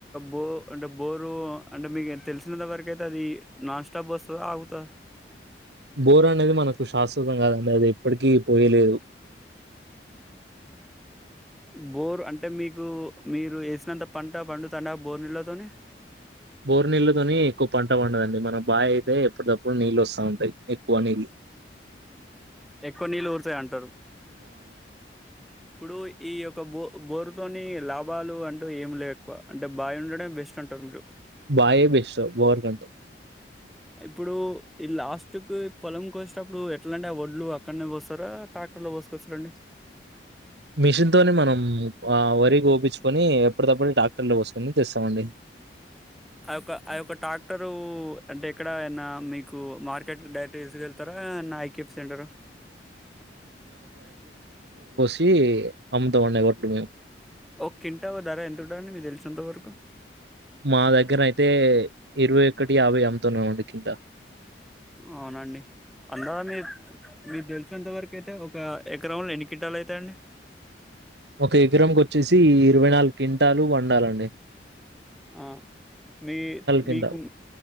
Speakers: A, in the centre; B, on the right (about 70°).
A: బో అంటే బోరు అంటే మీకు తెలిసినంత వరకయితే అది నాన్ స్టాప్ వస్తుంద ఆగుతద
B: బోర్ అనేది మనకు శాశ్వతం కాదండి అది ఎప్పటికి పోయలేదు
A: బోర్ అంటే మీకు మీరు వేసినంత పంట పండు తండ బోర్ నీళ్ళతోని
B: బోరు నీళ్లతోనీ ఎక్కువ పంట వండదండి మనం బావి అయితే ఎప్పుటి తప్పుడు నీళ్ళు వస్తా ఉంటాయి ఎక్కువ నీళ్
A: ఎక్కువ నీళ్ళు ఊరుతయ్ అంటరు ఇప్పుడు ఈ యొక్క బో బోరుతోని లాభాలు అంటూ ఏమి లేవు ఎక్కువ అంటే బాయ్ ఉండడం బెస్ట్ అంటరు మీరు
B: బాయే బెస్ట్ బోర్ కంటే
A: ఇప్పుడు ఈ లాస్ట్కి పొలం కోసేటప్పుడు ఎట్లా అంటే ఆ ఒడ్లు అక్కడ కో వస్తరా ట్రాక్టర్ లో కోసుకొస్తారండి
B: మిషన్ తోనే మనం వరి కోపించుకొని ఎప్పటి తప్పుడు డాక్టర్లో వసుకొని తెస్తామండి
A: ఆ యొక్క ఆ యొక్క ట్రాక్టరు అంటే ఎక్కడ ఏన్న మీకు మార్కెట్ డైరెక్ట్ తీసుక వెెళ్తారాన్న ఐక్యప్ సెంటరు
B: చీ అమ్ంతం ఆన్నట్టు మేం
A: ఓకేంట ఓ ధర ఎంత ఉంట అండి మీకు తెలిసినంత వరకు
B: మా దగ్గర అయితే ఇరవై ఒకటి యాభై అమ్ముతున్నాం అండి కింద
A: అవునండి అంద మీ మీరు తెలిసినంతవరకు అయితే ఒక ఎకరంలో ఎన్ని కట్టాలు అయితాయండి
B: ఒక ఎకరంకి వచ్చేసి ఇరవై నాలుగు కింటాలు వండాలండి
A: ఆ మీ
B: కింటాలు
A: మీకు